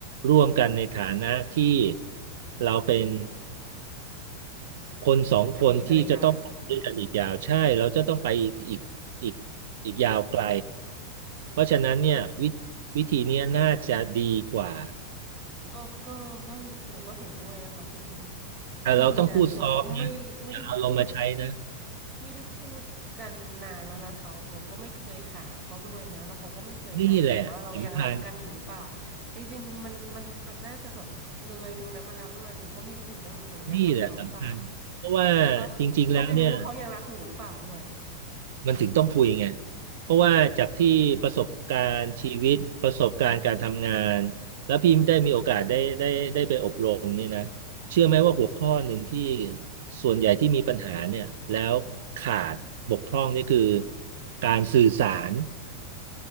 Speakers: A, on the right (about 55°); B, on the right (about 35°).
A: ร่วมกันในฐานะที่เราเป็นคนสองคนที่จะต้องไปด้วยกันอีกยาวใช่เราจะต้องไปอีกอีกอีก
B: อ่ะมีภรรยา
A: อีกยาวไกลเพราะฉะนั้นเนี่ยวิวิธีเนี้ยน่าจะดีกว่า
B: ก็ก็ก็หนูก็เห็นด้วยนะคะพี่
A: แต่เราต้องพูดซอฟต์นะอย่าเอาลงมาใช้นะ
B: จริงๆอ่ะหนูก็ไม่ไม่ได้พูดไม่ได้พูดกันนานแล้วนะคะหนูก็ไม่เคยถามเขาด้วยนะแล้วเขาก็ไม่เคยถามหนูว่าเรายังรักกันอยู่หรือเปล่า
A: นี่แหละสำคัญ
B: จริงๆมันมันมันน่าจะแบบเลยตรงนั้นมาแล้วด้วยหนูก็ไม่รู้เหมือนกันว่าหนูยังรักเขาหรือเปล่า
A: นี่แหละสำคัญเพราะว่า
B: <laughs> แล้ว
A: จริงๆแล้วเนี่ย
B: ก็ไม่รู้ว่าเขายังรักหนูหรือเปล่าด้วย
A: มันถึงต้องคุยไง เพราะว่าจากที่ประสบการณ์ชีวิตประสบการณ์การทำงานแล้วพี่ได้มีโอกาสได้ได้ได้ไปอบรมนี่นะเชื่อไหมว่าหัวข้อหนึ่งที่ส่วนใหญ่ที่มีปัญหาเนี่ยแล้วขาดบกพร่องนี่คือการสื่อสาร